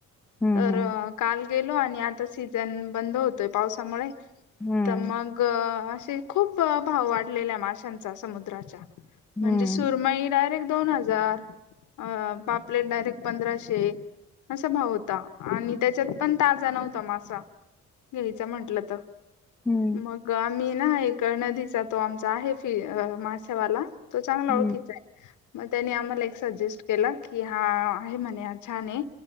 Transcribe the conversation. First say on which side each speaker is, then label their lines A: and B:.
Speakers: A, in the centre; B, on the left (about 80°).
A: हम्म
B: तर
A: हम्म...
B: काल गेलो आणि आता सीझन बंद होतोय, पावसामुळे.
A: हम्म
B: तर मग ग असे खूप भाव वाढलेल्या माशांचा समुद्राच्या.
A: हम्म
B: म्हणजे सुरमाई
A: हम्म
B: डायरेक्ट दोन हजार. अ पापलेट डायरेक्ट पंधराशे. असा भाव होता आणि त्याच्यात पण ताजा नव्हता, मासा. घ्यायचं म्हंटलं तर.
A: हम्म
B: मग आम्ही ना एक नदीचा तो आमचा आहे फी अ मासेवाला तो चांगला
A: हम्म
B: ओळखीचा. मग त्यानी आम्हाला एक सजेस्ट केला की, हा आहे म्हणे हा छानय.